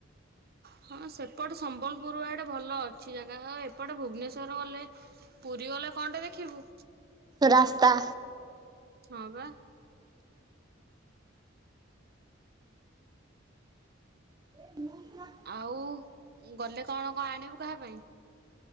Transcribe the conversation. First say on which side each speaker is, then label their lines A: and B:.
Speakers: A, on the right (about 55°); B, on the right (about 20°).
A: ହଁ ସେପଟେ ସମ୍ବଲପୁର ଆଡେ ଭଲ ଅଛି ଜାଗା ଆଉ ଏପଟେ ଭୁବନେଶ୍ଵର ଗଲେ। ପୁରୀ ଗଲେ କଣଟା ଦେଖିବୁ।
B: ରାସ୍ତା।
A: ହଁ ପା।
B: ଏ ମୁଁ <unintelligible>
A: ଆଉ ଗଲେ କଣ କଣ ଆଣିବୁ କାହା ପାଇଁ।